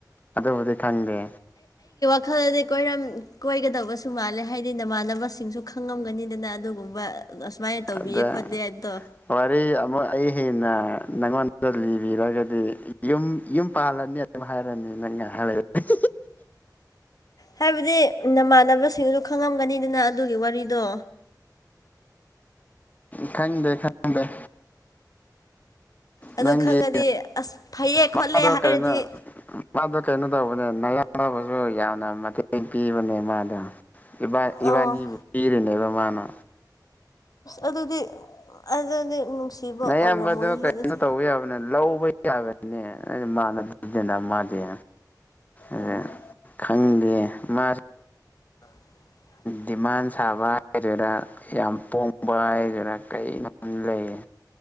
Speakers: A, on the left (about 20°); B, on the left (about 55°).
A: ꯑꯗꯨꯕꯨꯗꯤ ꯈꯪꯗꯦ
B: ꯈꯜꯂꯗꯤ ꯀꯣꯏꯔꯝ ꯀꯣꯏꯒꯗꯕꯁꯨ ꯃꯥꯜꯂꯦ ꯍꯥꯏꯗꯤ ꯅꯃꯥꯟꯅꯕꯁꯤꯡꯁꯨ ꯈꯪꯉꯝꯒꯅꯤꯗꯅ ꯑꯗꯨꯒꯨꯝꯕ ꯑꯁꯨꯃꯥꯏꯅ ꯇꯧꯕꯤꯌꯦ
A: ꯑꯗ
B: ꯈꯣꯠꯂꯦ ꯑꯗꯣ
A: ꯋꯥꯔꯤ ꯑꯃꯨꯛ ꯑꯩ ꯍꯦꯟꯅ ꯅꯪꯉꯣꯟ ꯗ ꯂꯤꯕꯤꯔꯒꯗꯤ ꯌꯨꯝ ꯌꯨꯝ ꯄꯥꯜꯂꯅꯤ ꯑꯗꯨꯝ ꯍꯥꯏꯔꯅꯤ ꯅꯪ ꯉꯥꯏꯍ ꯂꯩ ꯀꯠ
B: ꯍꯥꯏꯕꯗꯤ ꯅꯃꯥꯟꯅꯕꯁꯤꯡ ꯑꯗꯨ ꯈꯪꯉꯝꯒꯅꯤꯗꯅ ꯑꯗꯨꯒꯤ ꯋꯥꯔꯤꯗꯣ
A: ꯈꯪꯗꯦ ꯈꯪꯗꯦ
B: ꯑꯗꯨ
A: ꯅꯪꯒꯤ
B: ꯈꯪꯉꯗꯤ ꯑꯁ ꯐꯩꯌꯦ ꯈꯣꯠꯂꯦ
A: ꯃꯥꯗꯣ
B: ꯍꯥꯏꯔꯗꯤ
A: ꯀꯩꯅꯣ ꯃꯥꯗꯣ ꯀꯩꯅꯣ ꯇꯧꯕꯅꯦ ꯅꯌꯥꯕꯁꯨ ꯌꯥꯝꯅ ꯃꯇꯦꯡ ꯄꯤꯕꯅꯦ ꯃꯥꯗ <unintelligible> ꯏꯕꯥꯅꯤꯕꯨ
B: ꯑꯣ
A: ꯄꯤꯔꯤꯅꯦꯕ ꯃꯥꯅ
B: ꯑꯗꯨꯗꯤ ꯑꯗꯨꯗꯤ ꯅꯨꯡꯁꯤꯕ
A: ꯑꯌꯥꯝꯕꯗꯣ
B: ꯑꯣꯏꯔꯝꯃꯣꯏꯍꯦ
A: ꯀꯩꯅꯣ
B: ꯑꯗꯨꯗꯤ
A: ꯇꯧꯕ ꯌꯥꯕꯅꯦ ꯂꯧꯕ ꯌꯥꯕꯅꯦ ꯃꯅꯖꯅ ꯃꯥꯗ ꯑ
B: ꯑꯣ
A: ꯈꯪꯗꯦ ꯃꯥ
B: <unintelligible>
A: ꯗꯤꯃꯥꯟ ꯁꯥꯕ ꯍꯥꯏꯗꯨꯔ ꯌꯥꯝ ꯄꯣꯡꯕ ꯍꯥꯏꯗꯨꯔ ꯀꯩꯅꯣꯝ ꯂꯩꯌꯦ